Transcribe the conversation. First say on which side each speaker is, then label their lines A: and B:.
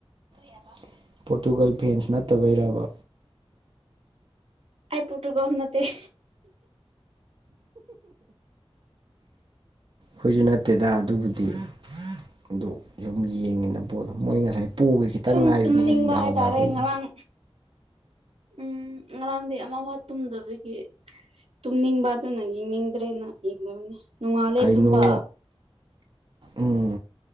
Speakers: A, on the right; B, on the right.
A: ꯀꯕ ꯄꯣꯔꯇꯨꯒꯜ ꯐꯦꯟꯁ ꯅꯠꯇꯕ ꯏꯔꯕ
B: ꯑꯩꯥꯏ ꯄꯣꯇꯨꯒꯁꯅꯇꯩ
A: ꯍꯣꯏꯖꯅ ꯇꯦꯗꯥ ꯑꯗꯨꯕꯨꯗꯤ ꯑꯗꯨ ꯁꯨꯝ ꯌꯦꯡꯉꯤꯅ ꯄꯣꯠꯂꯣ ꯃꯣꯏ ꯉꯁꯥꯏ ꯄꯣꯒꯤ ꯈꯤꯇꯪ
B: ꯁꯨꯝ
A: ꯉꯥꯏꯕꯅꯦ
B: ꯇꯨꯝꯅꯤꯡꯕ
A: ꯗꯥꯎ
B: ꯍꯥꯏꯇꯥꯔꯦ
A: ꯌꯥꯕꯒꯤ
B: ꯉꯔꯥꯡ ꯎꯝ ꯉꯔꯥꯡꯗꯤ ꯑ ꯍ ꯇꯨꯝꯗꯕꯒꯤ ꯇꯨꯝꯅꯤꯡꯕ ꯑꯗꯨꯅ ꯌꯦꯡꯅꯤꯡꯗ꯭ꯔꯦꯅ ꯌꯦꯡꯗꯕꯅꯤ ꯅꯣꯡꯉꯥꯜꯂꯦ
A: ꯀꯩꯅꯣ
B: ꯇꯨꯝꯕ
A: ꯎꯝ